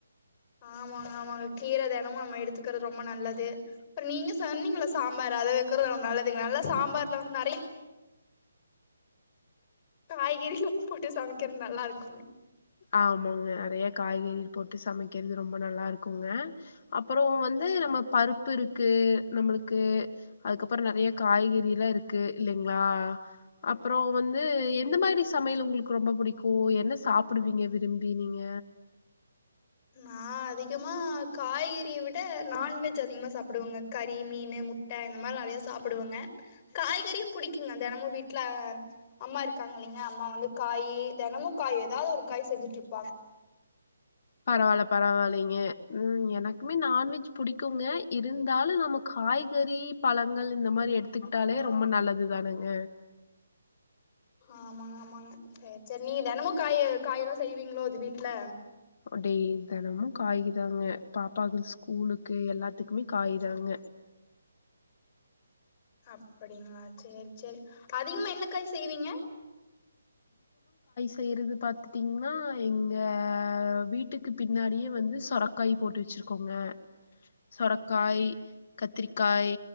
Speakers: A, on the left (about 20°); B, on the left (about 45°).
A: ஆமாங்க ஆமாங்க கீர தினமு நம்ம எடுத்துக்கறது ரொம்ப நல்லது அப்புறோ நீங்க சொன்னீங்கள சாம்பாரு அத வைக்கறது ரொம்ப நல்லதுங்க நல்ல சாம்பார்ல வந்து நெறைய காய்கறிலா போட்டு சமைக்கிறது நல்லா இருக்கு
B: ஆமாங்க நறைய காய்கறி போட்டு சமைக்கிறது ரொம்ப நல்லா இருக்குங்க அப்புறோ வந் து நம்ம பருப்பு இருக்கு நம்மளுக்கு அதுக்கப்புறோ நறைய காய்கறிலா இருக்கு இல்லைங் ஆஹ் அப் <unintelligible> றோ வந்து எந்த மாரி சமையல் உங்களுக்கு ரொம்ப பிடிக்கு ஓ என்ன சாப் சாப்பிடுவீங்க விரும்பி நீங்க
A: நா அதிகமா காய்கறியை விட நான்வெஜ் அதிகமா சாப்பிடுவங்க கறி மீனு முட்ட இந்த மாரி நெறைய சாப்பிடுவங்க காய்கறியும் புிடிக்குங்க தெனமு வீட்ல அம்மா இருக்காங்க இல்லைங்க அம்மா வந்து காய் தெனமு காய் ஏதாது ஒரு காய் செஞ்சுட்டு இருப்பாங்க
B: பரவால்ல பரவால்லைங்க ம் எனக்குமே நான்வெஜ் புடிக்குங்க இருந்தாலும் நம்ம காய்கறி பழங்கள் இந்த மாரி எடுத்துக்கிட்டாலே ரொம்ப நல்லது தானுங்க
A: ஆமாங்க ஆமாங்க சேர் சேரி நீங்க தெனமு காய காய் எல்லாம் செய்வீங்களோ அது வீட்டு்ல
B: அப்டி தெனமு காய்குதாங்க பாப்பாக்கு ஸ்கூலுக்கு எல்லாத்துக்குமே காய்தாங்க
A: அப்படிங்களா சேரி சேரி அதிகமா என்ன காய் செய்வீங்க
B: செய்யது பார்த்துட்டீங்கன்னா எங்க வீட்டுக்கு பின்னாடியே வந்து சுரக்காய் போட்டு வச்சருக்கோங்க சுரைக்காய் கத்திரிக்காய்